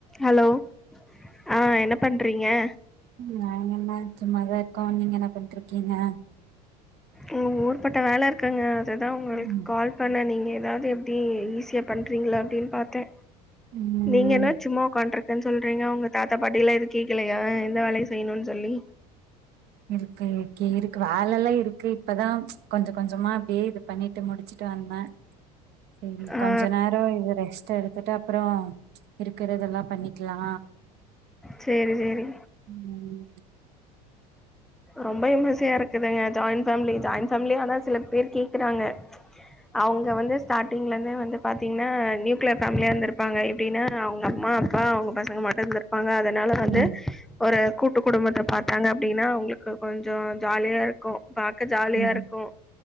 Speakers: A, in the centre; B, on the right.
A: Hello ஆ என்னே பண்றீங்கே
B: நாங்கென்னே சும்மாதா இர்க்கோ நீங்கே என்னா பண்ட்டுருக்கீங்கே
A: ம் ஊ்ர்ப்பட்டே வேல இர்க்குங்கே ததா உங்குளுக்
B: ம்
A: கால் பண்ணே நீங் ஏதாத் எப்டி ஈஸியா பண்றீங்ளா அப்டின் பாத்தே
B: ம்
A: நீங்கேனா சும்மா ஒக்கான்ட்டுரு தன் சொல்றீங்கே உங்க தாத்தா பாட்டியலா எதூ கேக்கிலையா எந்த வேலயு செய்ணுன் சொல்லி
B: இருக்குங் ஓகே இருக் வேலலா இருக்கு இப்பதா ச்ச கொஞ்சோ கொஞ்சோமா அப்டே இரு பண்ணிட்டு முடிச்சிட்டு வந்தே செரி
A: ஆ
B: கொஞ்சோ நேரோ இவுரெஸ் டு எடுத்துட்டு அப்புறோ ச்ச இருக்கறதெல்லா பண்ணிக்கிலா
A: செரி செரி
B: ம்
A: ரொம்பே <unintelligible> இருக்குதுங்கே ஜாயின் ஃபேமிலி ஜாயின் ஃபேமிலி ஆனா சில பேர் கேக்கிறாங்க ச்ச அவுங்க வந்து ஸ்டார்ட்டிங்லேந்தே வந்து பாத்தீங்னா நியூக்ளியர் ஃபேமிலியா இந்திருப்பாங்கே எப்டினா அவுங்க அம்மா அப்பா அவுங்க பசங்கே மட்டுந்தா பாங்க அதுனால வந்து
B: ம்
A: ஒரு கூட்டு குடும்பத்த பாத்தாங்க அப்படின்னா அவங்களுக் கு கொஞ்சொ ஜாலியா இருக்கு பாக்க ஜாலியா
B: ம்
A: இருக்கு